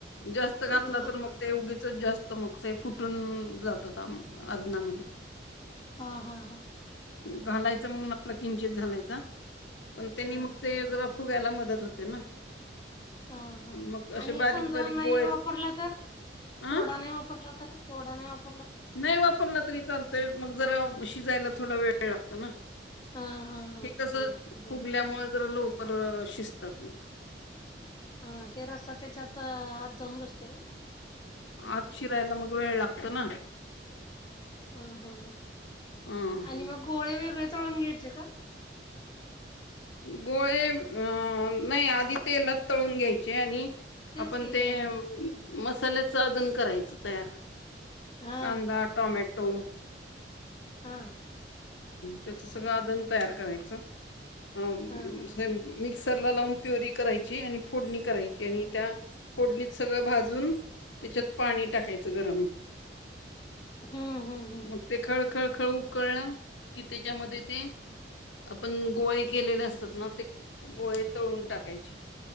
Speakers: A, on the left (about 85°); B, on the left (about 25°).
A: जास्त घातला
B: बर
A: तर
B: बर
A: मग ते उगीचच जास्त मग ते फुटून जातात आदनामध्ये
B: हा- हा- हा
A: घालायचं म्हणून आपला किंचित घालायचा पण त्यांनी
B: बर
A: मग ते जरा फूगायला मदत होते ना
B: हा- हा
A: मग असे
B: आणि
A: बारीक-बारीक
B: समजा नाही
A: गोळे
B: वापरला तर
A: अ?
B: सोडा नाही वापरला तर सोडा नाही वाप
A: नाही वापरला तरी चालतय मग जरा शिजायला थोडा वेळ लागतो ना
B: हा हा हा
A: हे कस
B: हा बर
A: फुगल्यामुळे जरा लव कर शिजतात मग
B: हा ते रस्सा त्याच्यात आत जाऊन बसतय ने
A: आत शिरायला मग वेळ लागतो ना
B: हा -हा -हा
A: हां,
B: आणि
A: हां.
B: मग गोळे वैग तळून घ्यायचे का
A: गोळे अ नाही आधी तेलात तळून घ्यायचे आणि
B: तेच
A: आपण
B: की
A: ते
B: हा
A: मसाल्याच अजून करायचं तयार
B: हा
A: कांदा टोमॅटो
B: हा
A: त्याच सगळं आदन तयार करायचं अ
B: हा हा हा
A: मिक्स तरला लावून प्युरी करायची आणि फोडणी करायची आणि
B: हम्म
A: त्या फोडणी- सगळं भाजून त्याच्यात पाणी टाकायचं गरम
B: हम्म हम्म हम्म हम्म
A: मग ते खळखळ खळ उकळलं की त्याच्यामध्ये ते- आपण गोळे केलेले असतात ना ते गोळे तळून टाकायचे